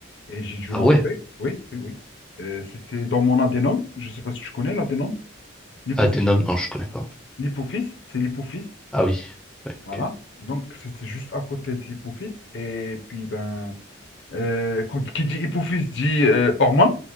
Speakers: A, on the left; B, in the centre.
A: et j'ai dû
B: Ah
A: l'enlever.
B: ouais,
A: Oui, oui, oui. Euh, c'était dans mon adénome. Je ne sais pas si tu connais l'adénome. L'hypophyse.
B: Adenom, non, je connais pas.
A: L'hypophyse, c'est l'hypophyse.
B: Ah oui. Ouais,
A: Voilà.
B: ok.
A: Donc, c'était juste à côté de l'hypophyse. Et puis, ben, euh, quand, qui dit hypophyse dit euh, hormone.